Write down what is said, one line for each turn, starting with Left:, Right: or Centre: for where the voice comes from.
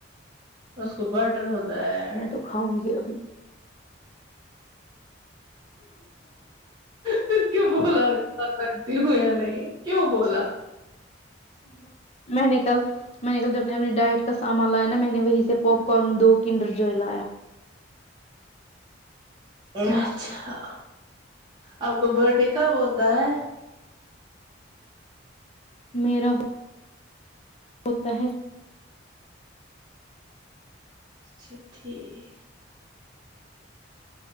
Right: اس کو بٹر ہوتا ہے
Left: میں
Right: ایڈ
Left: تو کھاؤں گی ابھی
Right: پھر کیوں بولا ت ہو یا نہیں کیوں بولا
Left: میں نے کل میں نے کل جب نے اپنی ڈائٹ کا سامان لایا نا میں نے وہی سے پاپ کارن دو کنڈر جو لایا
Right: اچھا آپ کا برت ڈے کب ہوتا ہے
Left: میرا ہو ہوتا ہے
Right: اچھا ٹھیک